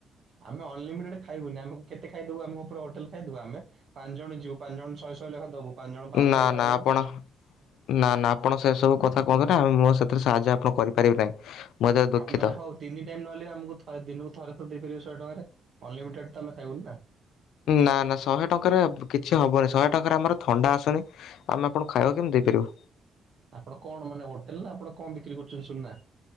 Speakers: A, on the right; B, on the left.
A: ଆମେ ଅନଲିମିଟେଡ ଖାଇବୁନି, ଆମକୁ କେତେ ଖାଇଦବୁ ଆମ ପୁରା ହୋଟେଲ ଖାଇଦବୁ, ଆମେ ପାଞ୍ଚ ଜଣ ଯିବୁ, ପାଞ୍ଚ ଜଣ ଶହେ ଶହେ ଟଙ୍କା ଦବୁ, ପାଞ୍ଚ ଜଣ ପାଆଁସ
B: ନା
A: ଟଙ୍କା ଲେଖା
B: ନା
A: ଦବୁ
B: ଆପଣ
A: ପାଞ୍ଚ
B: ନା ନା ଆପଣ ସେ ସବୁ କଥା କୁହନ୍ତୁ ନି, ମୁଁ ସେଥିରେ ସାହାଯ୍ୟ ଆପଣ କରିପାରିବେ ନାହିଁ। ମୁଁ ଏଥିରେ ଦୁଃଖିତ।
A: ନହେଲେ ହଉ। ତିନି ଟାଇମ୍ ନହଲେ ଆମ ଦିନକୁ ଥରେ ତ ଦେଇପାରିବ ଶହେ ଟଙ୍କାରେ ଅ ଅନଲିମିଟେଡ ତ ଆମେ ଖାଇବୁନି ନା?
B: ନା ନା ଶହେ ଟଙ୍କାରେ କିଛି ହବନି, ଶହେ ଟଙ୍କାରେ ଆମର ଥଣ୍ଡା ଆସୁନି। ଆମେ ଆପଣଙ୍କୁ ଖାଇବା କେମତି ଦେଇପାରିବୁ?
A: ଆପଣ କଣ ମାନେ ହୋଟେଲ ନା ଆପଣ କଣ ବିକ୍ରି କରୁଛନ୍ତି ସୁନା।